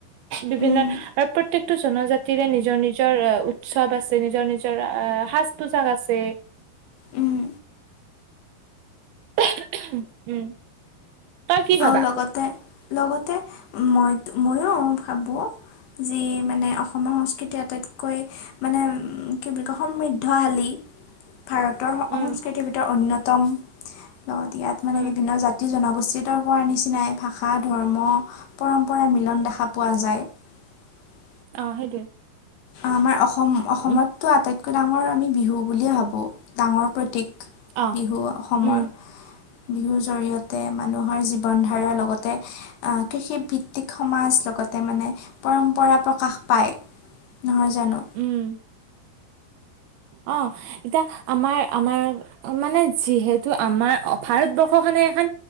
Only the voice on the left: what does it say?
উম
উম।
আৰু লগতে লগতে মই ময়ো ভাবো যি মানে অসমৰ সংস্কৃতি আটাইতকৈ মানে কি বুলি কয় সমৃদ্ধশালী ভাৰতৰ
সংস্কৃতিৰ ভিতৰত অন্যতম লগত ইয়াত মানে
বিভিন্ন জাতি জনগোষ্ঠী নিজিতৰ কৰ নিচিনাই ভাষা ধৰ্ম পৰম্পৰা মিলন দেখা পোৱা যায় <unintelligible>
আমাৰ অসম অসমতো
আটাইতকৈ ডাঙৰ আমি বিহু বুলিয়ে ভাবোঁ ডাঙৰ প্ৰতীক
বিহু অসমৰ
বিহুৰ জৰিয়তে মানুহৰ জীৱন ধাৰাৰ লগতে কৃষিভিত্তিক সমাজ লগতে। মানে পৰম্পৰা প্ৰকাশ পায় নহয় জানো